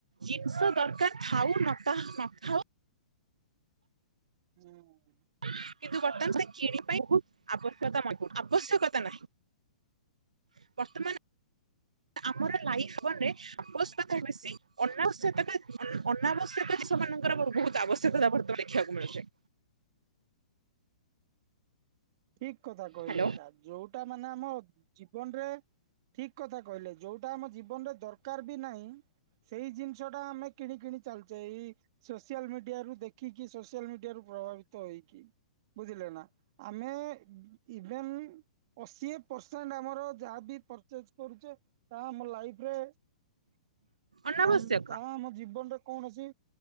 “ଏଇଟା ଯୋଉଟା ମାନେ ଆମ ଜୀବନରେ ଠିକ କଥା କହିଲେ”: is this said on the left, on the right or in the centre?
Right